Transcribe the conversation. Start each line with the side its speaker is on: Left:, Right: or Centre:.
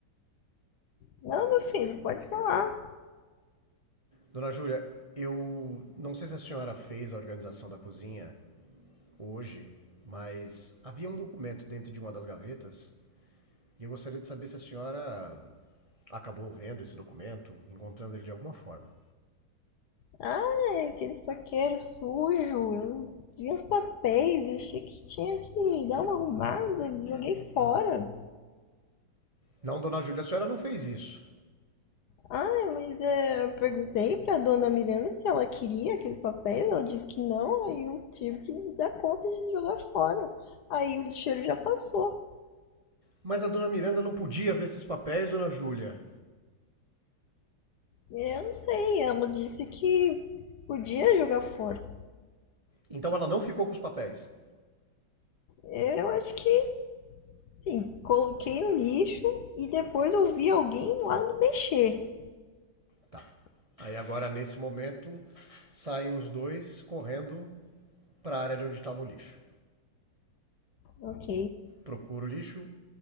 Left: Não, meu filho, pode falar.
Right: Dona Júlia, eu não sei se a senhora fez a organização da cozinha hoje, mas havia um documento dentro de uma das gavetas e eu gostaria de saber se a senhora acabou vendo esse documento, encontrando ele de alguma forma.
Left: ai aquele faqueiro sujo. Eu vi uns papéis, eu achei que tinha que dar uma arrumada, joguei fora.
Right: Não, dona Júlia, a senhora não fez isso.
Left: ai mas é, eu perguntei pra dona Miranda se ela queria aqueles papéis, ela disse que não, aí eu tive que dar conta de jogar fora. Aí o cheiro já passou.
Right: Mas a dona Miranda não podia ver esses papéis, dona Júlia.
Left: Eu não sei, ela disse que podia jogar fora.
Right: Então ela não ficou com os papéis.
Left: Eu acho que, sim, coloquei no lixo e depois eu vi alguém lá mexer.
Right: Tá. Aí agora, nesse momento, saem os dois correndo para a área de onde estava o lixo.
Left: Ok,
Right: Procuro o lixo,